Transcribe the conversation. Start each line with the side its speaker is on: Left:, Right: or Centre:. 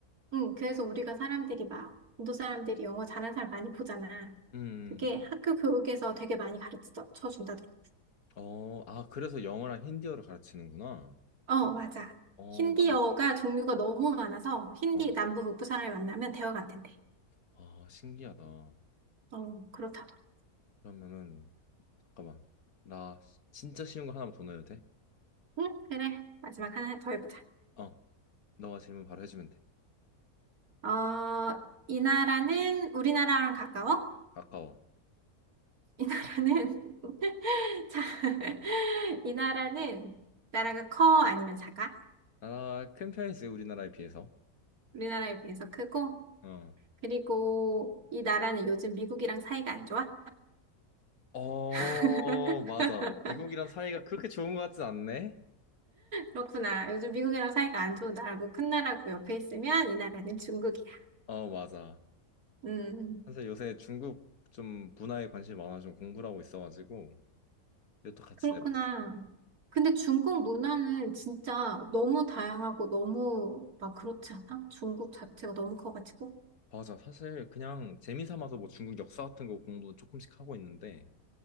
Right: 응, 그래서 우리가 사람들이 막 인도 사람들이 영어 잘하는 사람 많이 보잖아.
Left: 음,
Right: 그게 학교 교육에서 되게 많이 가르쳐 준다더라고.
Left: 어, 아, 그래서 영어랑 힌디어를 가르치는구나.
Right: 어,
Left: 그,
Right: 맞아.
Left: 어,
Right: 힌디어가
Left: 맞네.
Right: 종류가 너무 많아서 힌디
Left: 어.
Right: 남부 북부 사람이 만나면 대화가 안 된대.
Left: 아, 신기하다.
Right: 어, 그렇다더라고.
Left: 그러면은, 잠깐만. 나 시- 진짜 쉬운 거 하나만 더 넣어도 돼?
Right: 응, 그래. 마지막 하나 더 해보자.
Left: 어, 너가 질문 바로 해주면 돼.
Right: 어, 이 나라는 우리나라랑 가까워?
Left: 아까워.
Right: 이 나라는 <laughs> 자, <laughs> 이 나라는 나라가 커 아니면 작아?
Left: 나라 큰 편이지, 우리나라에 비해서.
Right: 우리나라에 비해서 크고
Left: 어.
Right: 그리고 이 나라는 요즘 미국이랑 사이가 안 좋아?
Left: 어,
Right: <laughs>
Left: 맞아. 미국이랑 사이가 그렇게 좋은 것 같진 않네?
Right: 그렇구나. 요즘 미국이랑 사이가 안 좋은 나라고 큰 나라고 옆에 있으면 이 나라는 중국이야.
Left: 어, 맞아.
Right: 음.
Left: 사실 요새 중국 좀 문화에 관심이 많아 좀 공부를 하고 있어가지고 이것도 같이
Right: 그렇구나.
Left: 내봤어.
Right: 근데 중국 문화는 진짜 너무 다양하고 너무 막 그렇지 않아? 중국 자체가 너무 커가지고.
Left: 맞아. 사실 그냥 재미 삼아서 뭐 중국 역사 같은 거 공부 조금씩 하고 있는데